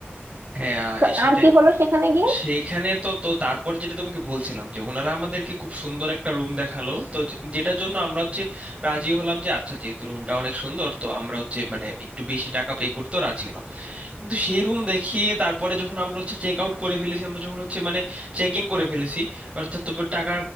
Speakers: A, on the right; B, on the right.
A: হ্যাঁ
B: তো
A: সেটাই
B: আর কি হলো সেখানে গিয়ে
A: সেইখানে তো তো তারপর যেটা তোমাকে বলছিলাম যে ওনারা আমাদেরকে খুব সুন্দর একটা রুম দেখালো তো যে- যেটার জন্য আমরা হচ্ছে রাজি হলাম যে আচ্ছা যেহেতু রুমটা অনেক সুন্দর তো আমরা হচ্ছে মানে একটু বেশি টাকা পে করতেও রাজি হলাম কিন্তু সেই রুম দেখিয়ে তারপরে যখন আমরা হচ্ছে চেক আউট করে ফেলেছি আমরা যখন হচ্ছে মানে চেক ইন করে ফেলেছি অর্থাৎ তো টাকা